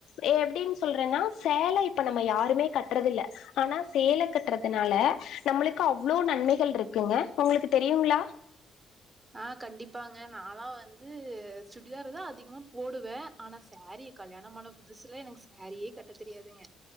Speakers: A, on the left; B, on the right.
A: ஏ எப்டின் சொல்றன்னா சேல இப்ப நம்ம யாருமே கட்றதில்ல ஆனா சேல கட்றதுனால நம்மளுக்கு அவ்ளோ நன்மைகள்ருக்குங்க உங்களுக்கு தெரியுங்ளா
B: ஆ கண்டிப்பாங்க நாலா வந்து சுடிதாரு தா அதிகமா போடுவே ஆனா சேரி கல்யாணமான புதுசுல எனக் சேரியே கட்ட தெரியாதுங்க